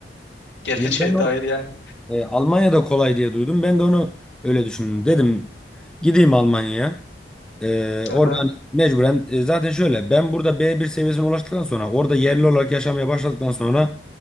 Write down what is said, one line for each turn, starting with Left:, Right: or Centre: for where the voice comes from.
Left: <laughs> Geleceğe
Centre: Ya ben o
Left: dair yani.
Centre: e, Almanya'da kolay diye duydum. Ben de onu öyle düşündüm. Dedim gideyim Almanya'ya. E,
Left: Aha.
Centre: orada hani mecburen e, zaten şöyle ben burada B1 seviyesine ulaştıktan sonra orada yerli olarak yaşamaya başladıktan sonra